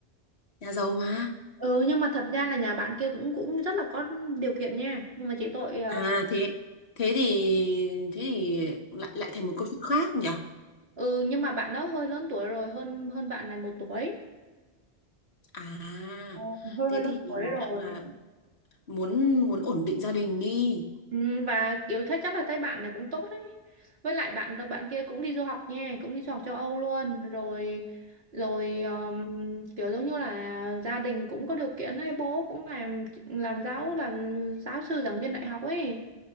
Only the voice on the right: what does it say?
ừ nhưng mà thật ra là nhà bạn kia cũng cũng rất là có điều kiện nha nhưng mà chỉ tội ờ,
ừ nhưng mà bạn đó hơi lớn tuổi rồi hơn hơn bạn này một tuổi
Ờ, hơi
hơi lớn
tuổi rồi
Ừ, và kiểu thấy chắc là thấy bạn này cũng tốt đấy với lại bạn bạn kia cũng đi du học nha cũng đi du học châu Âu luôn rồi rồi um, kiểu giống như là gia đình cũng có điều kiện ấy bố cũng làm làm giáo làm giáo sư giảng viên đại học ấy